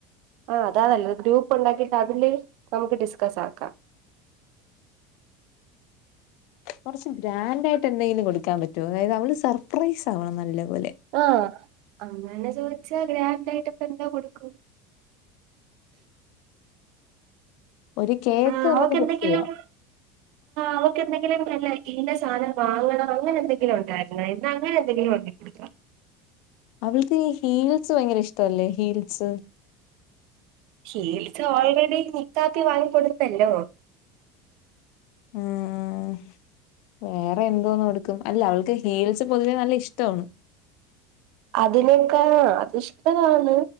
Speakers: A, on the right; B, on the left.
A: ആഹ് അതാ നല്ലത് ഗ്രൂപ്പൊണ്ടാക്കീട്ട് അതില് നമുക്ക് ഡിസ്കസ്സാക്കാം
B: കൊൻച്ച് ഗ്രാൻഡായിട്ടെന്തേലും കൊട്ക്കാൻ പറ്റോ അതായതവള് സർപ്രൈസ് ആവണം നല്ല പോലെ
A: ആഹ് അങ്ങനെ ചോയ്ച്ചാ ഗ്രാൻഡായിട്ടിപ്പ എന്താ കൊടുക്കും
B: ഒരു കേക്ക്
A: ആഹ
B: നമുക്ക്
A: ഓക്കെ
B: ഫിക്സ്
A: എന്തെങ്കിലും
B: ചെയ്യാം <inaudible>
A: അവക്കെന്തെങ്കിലും നല്ല ഇന്ന സാനം വാങ്ങണം അങ്ങനെന്തെങ്കിലും ഉണ്ടായിര്ന്നാ എന്ന അങ്ങനെന്തെങ്കിലു ഒണ്ടങ്കി കൊടുക്കാ
B: അവൾക്ക് ഈ ഹീൽസ് ഭയ്ങ്കര ഇഷ്ടൊവല്ലേ ഹീൽസ്
A: ഹീൽസ് ഓൾറെഡി മുത്താക്കി വാങ്ങിക്കൊടുത്തല്ലോ
B: ഉംഹ് വേറെ എന്തോന്നും കൊടുക്കും അല്ല അവൾക്ക് ഹീൽസ് പൊതുവേ നല്ല ഇഷ്ടമാണ്
A: അതിനൊക്കാൾ അത് ഇഷ്ട്ടമാണ്